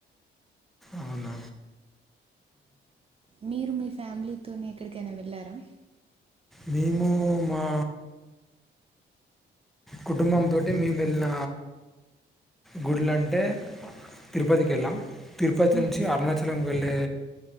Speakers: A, in the centre; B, on the right (about 30°).
A: అవునా
B: మీరు మీ ఫ్యామిలీతోని ఎక్కడికైనా వెళ్ళారా
A: మేము మా కుటుంబం తోటి మేము వెళ్లిన గుడులు అంటే తిరుపతికి ఎళ్ళాం తిరుపతి
B: మ్మ్,
A: నుంచి అరుణాచలం వెళ్లే